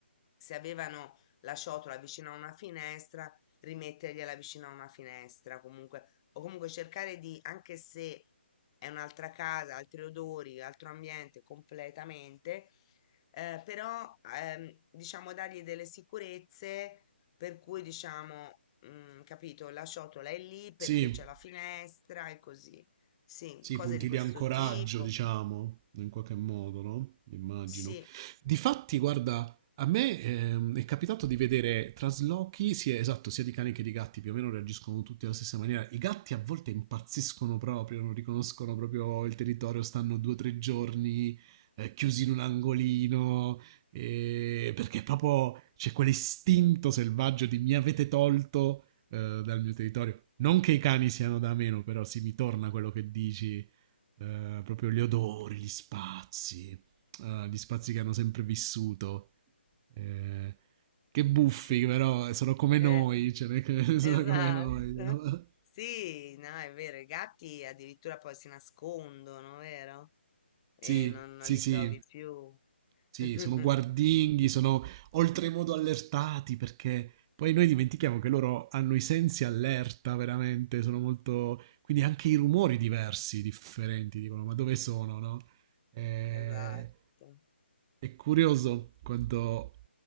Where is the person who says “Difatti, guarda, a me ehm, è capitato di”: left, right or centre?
Right